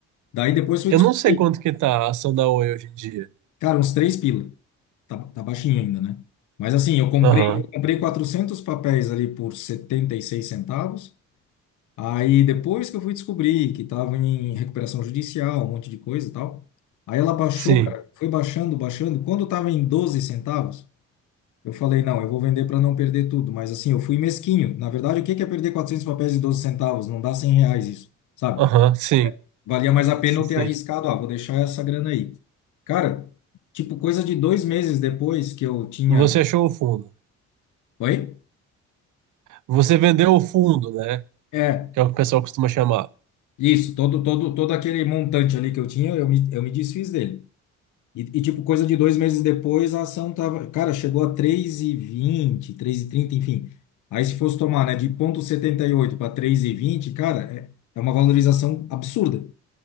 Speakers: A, on the left (about 80°); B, on the right (about 80°).
A: Daí depois foi
B: Eu
A: descobrir,
B: não sei quanto que tá a ação da Oi hoje em dia.
A: cara, uns três pila. Tá, tá baixinho ainda, né? Mas assim, eu comprei,
B: Aham,
A: eu comprei 400 papéis ali por 76 centavos. Aí depois que eu fui descobrir que estava em recuperação judicial, um monte de coisa e tal, aí ela baixou,
B: sim.
A: cara, foi baixando, baixando. Quando estava em 12 centavos, eu falei, não, eu vou vender para não perder tudo. Mas assim, eu fui mesquinho. Na verdade, o que que é perder 400 papéis de 12 centavos? Não dá 100 reais isso, sabe?
B: Aham, sim.
A: Valia mais a pena
B: Sim.
A: eu ter arriscado, ah, vou deixar essa grana aí. Cara, tipo, coisa de dois meses depois que eu tinha...
B: Você achou o fundo.
A: Oi?
B: Você vendeu o fundo, né?
A: É,
B: Que é o que o pessoal costuma chamar.
A: isso, todo, todo, todo aquele montante ali que eu tinha, eu me, eu me desfiz dele. E, e, tipo, coisa de dois meses depois, a ação tava, cara, chegou a três três e vinte três e trinta enfim. Aí se fosse tomar, né, de zero vírgula setenta e oito para três e vinte cara, é, é uma valorização absurda,